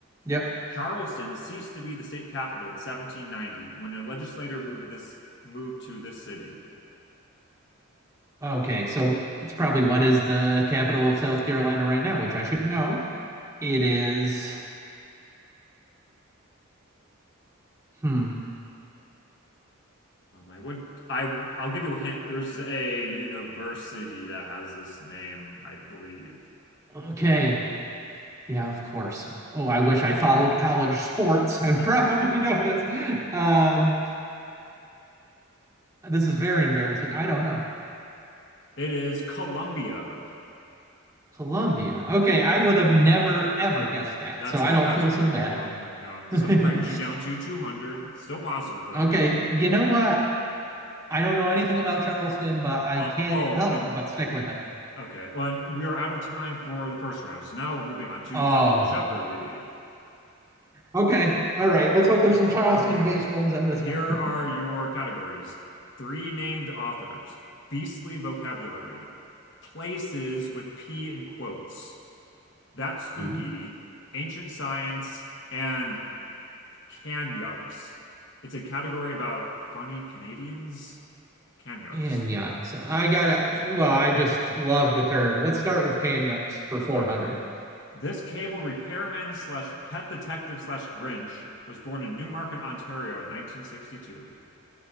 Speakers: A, on the right; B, on the left.
A: Yep.
B: Charleston ceased to be the state capital in 1790 when a legislator moved this moved to this city.
A: Okay. So it's probably what is the capital of South Carolina right now, which I should know. It is hmm.
B: Um, I would I I'll give you a hint. There's a university that has this name, I believe.
A: Okay. Yeah, of course. Oh, I wish I followed college sports.
B: <laughs>
A: <laughs> I would probably know this. Um, this is very embarrassing. I don't know.
B: It is Columbia.
A: Colombia. Okay, I would have never ever guessed that.
B: That's
A: So
B: a
A: I don't
B: that's
A: feel
B: a trickier
A: so bad.
B: one. Yeah. So
A: <laughs>
B: that brings you down to 200. Still positive though.
A: Okay, you know what? I don't know anything about Charleston, but I
B: Oh
A: can't
B: oh
A: help
B: and
A: but stick with it.
B: okay. Well, and we are out of time for the first round. So now we're moving on to
A: Oh,
B: Double Jeopardy.
A: okay. All right. Let's hope there's some Charleston-based
B: Okay,
A: ones on this
B: here
A: one. <laughs>
B: are your categories. Three named authors, beastly vocabulary, places with P in quotes, that's spooky,
A: Mm.
B: ancient science, and canyucks. It's a category about funny Canadians. Canyucks.
A: Canyucks. I gotta, well, I just love the term. Let's start with Canyucks for 400.
B: Okay. This cable repairman slash pet detective slash Grinch was born in Newmarket, Ontario in 1962.